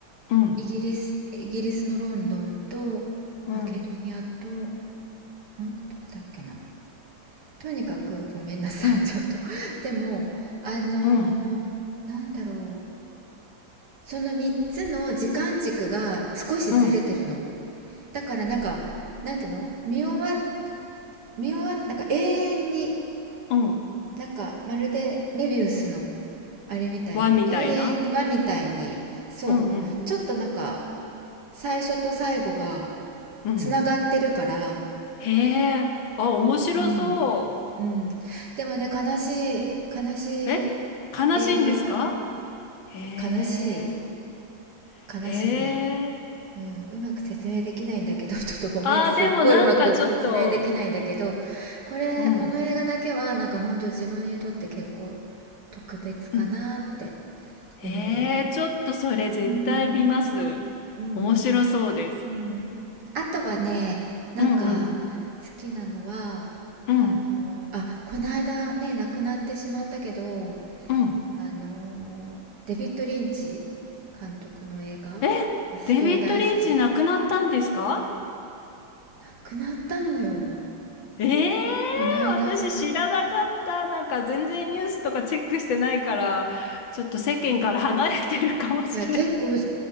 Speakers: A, on the left; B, on the right.
A: うん。
B: イギリスイギリスのロンドンとマケドニアとも
A: うん。
B: う一個どこだっけなとにかくごめんなさいちょっと
A: うん。
B: <laughs> でもあのなんだろう
A: うん。
B: その3つの時間軸が少しずれてるの
A: うん。
B: だからなんかなんていうの見終わ見終わなんか永遠に
A: うん。
B: なんかまるでメビウスのあれみたいに永遠はみたいにそうちょっとなんか
A: 和みたいな。うんうん。
B: 最初と最後が
A: うん。
B: つながってるから
A: へえ。あ、面白そ
B: うんうんでもね悲しい悲しい
A: う。え悲しいんですか
B: 映画
A: へえ。
B: 悲しい悲しいね、
A: へえ。
B: うん、うまく説明できないんだけど <laughs> ちょっとごめんすっごいうまく説明できないんだけどこれこの映画だけはなんかほんと自分にとって結構
A: ああ、でもなんかちょっと、うん。
B: 特別かなって
A: うん。ええちょっとそれ絶対見ます。
B: 思う。うん、うん、
A: 面白そうです。
B: うん。あとはね、なんか
A: うんうん。
B: 好きなのは、
A: うん。
B: あの、あ、この間ね、亡くなってしまったけど、
A: うん。
B: あの、デビッド・リンチ監督の映画がすごい大好き。
A: え、デビッド・リンチ亡くなったんですか
B: 亡くなったのよ。
A: ええ
B: この間。
A: 私知らなかった。なんか全然ニュースとかチェックしてないから、ちょっと世間から離れてるかもしれない。
B: いや、結構、<laughs>